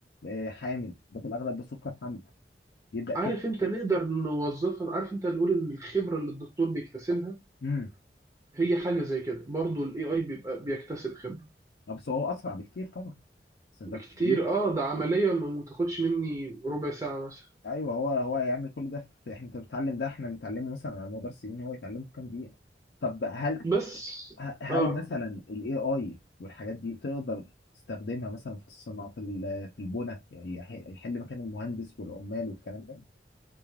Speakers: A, on the left (about 70°); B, on the right (about 20°).
A: آه حامل ده في الأغلب ده سكر حمل يبدأ كده
B: عارف انت نقدر نوظفها عارف انت نقول ان الخبره اللي الدكتور بيكتسبها
A: امم
B: هي حاجه زي كده برضو الاي اي بيبقى بيكتسب خبره
A: بس هو أسرع بكتير طبعا بس ده
B: بكتير
A: كبير.
B: اه ده عملية ما ما تاخدش مني ربع ساعة مثلا
A: أيوه هو هو يعمل كل ده في إحنا أنت بتتعلم ده إحنا بنتعلمه مثلا على مدار سنين هو يتعلمه في كام دقيقة طب هل
B: بس
A: ه- هل
B: اه
A: مثلا ال AI والحاجات دي تقدر تستخدمها مثلا في الصناعة في ال- في البنى يعني يح- يحل مكان المهندس والعمال والكلام ده؟